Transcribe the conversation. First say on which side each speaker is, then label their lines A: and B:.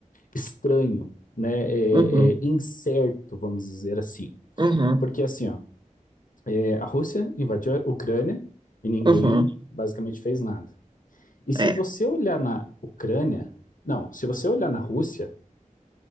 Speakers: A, on the left; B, on the right.
A: estranho, né, é,
B: Uhum.
A: é, incerto, vamos dizer assim.
B: Uhum,
A: Porque assim, ó, é, a Rússia invadiu a Ucrânia e ninguém
B: uhum,
A: basicamente fez nada. E se
B: é.
A: você olhar na Ucrânia, não, se você olhar na Rússia,